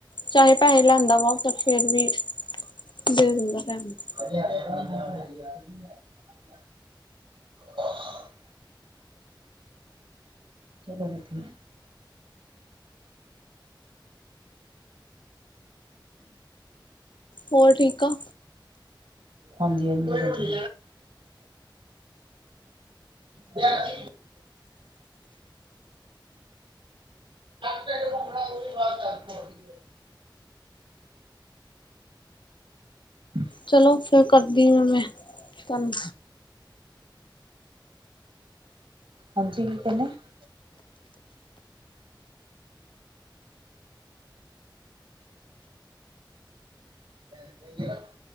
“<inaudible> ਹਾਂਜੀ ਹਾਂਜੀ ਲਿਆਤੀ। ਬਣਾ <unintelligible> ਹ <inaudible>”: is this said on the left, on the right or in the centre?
Right